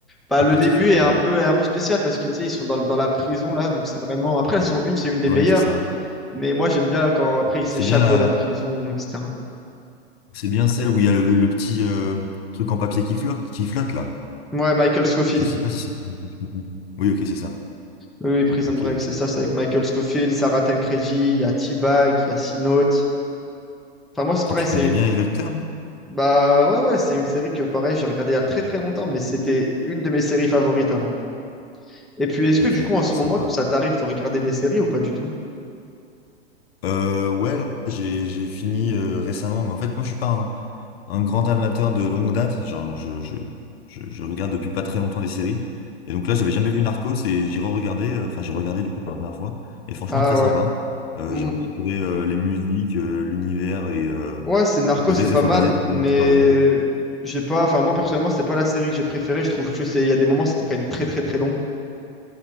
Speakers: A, in the centre; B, on the left (about 65°).
A: Bah,
B: pas
A: le
B: particulièrement.
A: début est un peu, est un peu spécial parce que tu sais, ils sont dans, le- dans la prison là, donc c'est vraiment. Après, elles sont une, c'est une des
B: Oui,
A: meilleures,
B: c'est ça.
A: mais moi j'aime bien quand après ils s'échappent
B: C'est bien la,
A: de la prison, etc.
B: C'est bien celle où il y a le, le petit euh, truc en papier qui flotte, qui flotte là.
A: Ouais, Michael Scofield.
B: Je sais pas si c'est. Oui, ok, c'est ça.
A: Oui, oui, Prison
B: Ok,
A: Break,
B: ok.
A: c'est ça, c'est avec Michael Scofield, Sarah Tancredi, il y a T-Bag, il y a Sea Note. Enfin, moi c'est
B: Toi,
A: pareil,
B: tu
A: c'est.
B: connais bien les acteurs? hein
A: Bah ouais, ouais, c'est une série que pareil, j'ai regardée il y a très très longtemps, mais c'était une de mes séries favorites avant. Et puis, est-ce
B: Ok,
A: que du coup, en ce
B: sympa.
A: moment, ça t'arrive de regarder des séries ou pas du tout?
B: Euh, ouais, là, j'ai j'ai fini euh, récemment, mais en fait, moi, je suis pas un, un grand amateur de longue date. Genre, je, je, je, je regarde depuis pas très longtemps des séries. Et donc là, j'avais jamais vu Narcos et j'ai re-regardé, euh, enfin, j'ai regardé du coup pour la première fois. Et franchement,
A: Ah
B: très
A: ouais.
B: sympa. Euh,
A: Hmm,
B: j'ai adoré euh, les musiques, euh, l'univers et euh,
A: Ouais, c'est Narcos,
B: le
A: c'est
B: fait que
A: pas
B: ça soit
A: mal,
B: basé sur
A: mais
B: une histoire réelle.
A: j'ai pas. Enfin, moi personnellement, c'est pas la série que j'ai préférée. Je trouve que c'est. Il y a des moments, c'était quand même très très très long.